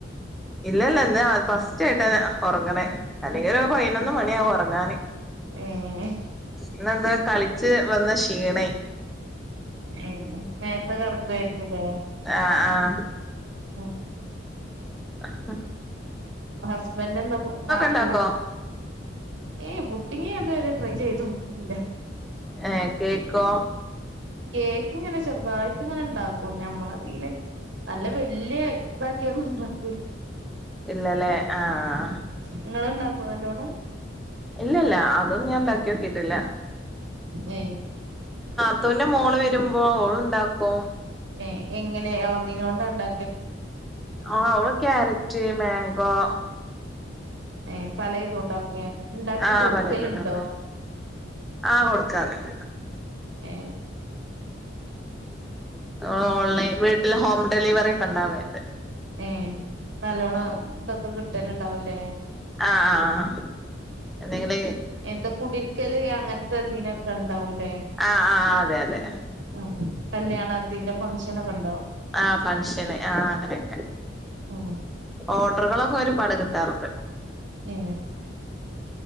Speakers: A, in the centre; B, on the right.
A: ഇല്ലല്ല ഇന്ന് ഫസ്റ്റ് ആയിട്ടാ ഉറങ്ങണെ അല്ലെങ്കിൽ ഒരു പതിനൊന്ന് മണിയാവും ഉറങ്ങാന്.
B: ഏഹ്
A: ഇന്ന് എന്തേ കളിച് വന്ന ക്ഷീണേ
B: ഏ നേരത്തെ കിടക്കുമായിരിക്കുല്ലേ
A: ആഹ് ആഹ്
B: ഓ
A: അഹ്
B: ഹസ്ബൻഡ് എന്താ വോ നാട്ടിലാ?
A: ഇണ്ടാക്കോ
B: ഏഹ് പുഡിങ്ങ് ഞാതുവരെ ട്രൈ ചെയ്ത് നോക്കില്ല.
A: ഏഹ് കേക്കോ?
B: കേക്ക് ഇങ്ങനെ ചെറുതായിട്ട് ഇങ്ങനെ ണ്ടാക്കും ഞമ്മളതീല് നല്ല വല്ല്യാ ഇതാക്കിയൊന്നുണ്ടാ <unintelligible>
A: ഇല്ലലേ? ആഹ്.
B: നിങ്ങള് ഉണ്ടാക്കോ നല്ലോണം
A: ഇല്ല ഇല്ല അതും ഞാൻ ഉണ്ടാക്കി ക്കിട്ടില്ല
B: ഏ
A: ത്തുന്റെ മോള് വരുമ്പോ ഓള് ഉണ്ടാക്കും
B: ഏ എങ്ങനെ ഇളന്നീനോണ്ടാ ഇണ്ടാ
A: ആ അവള് കാരറ്റ് മേ <unintelligible>
B: ഏ പല ഇതും ഉണ്ടാക്കോഉണ്ടാക്കി
A: ആഹ്
B: കൊടുക്കലുണ്ടോ
A: പലതും ഇണ്ടാക്കും ആഹ് കൊടുക്കാറ്ണ്ട്
B: ഏ
A: ആ ഓൺലൈൻ വീട്ടിൽ ഹോം ഡെലിവറി ക്കണ്ടാവേണ്ട്
B: ഏ നല്ലോണം തെ ക്കെ കിട്ടല്ണ്ടാവൂലേ
A: ആ എന്തങ്കില്
B: എന്താ കുടിര്ക്കല് അങ്ങനത്തെ ഇതിനൊക്കെ ഉണ്ടാവൂലേ
A: ആഹ് ആഹ് അതെ അതെ
B: ആ കല്യാണം അതിന്റെ ഫംഗ്ഷനൊക്കെ ഉണ്ടോ
A: ആ ഫംഗഷന് ആ അങ്ങനെയൊക്കെ
B: ആ
A: ഓഡറുകളൊക്കെ ഒരുപാട് കിട്ടാറുണ്ട്
B: ഏ